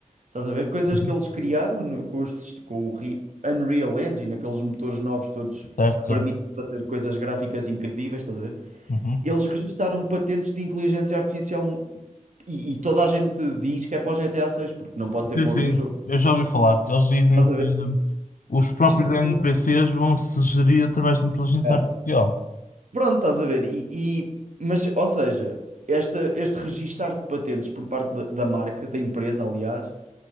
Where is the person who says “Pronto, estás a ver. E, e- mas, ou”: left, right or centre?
Right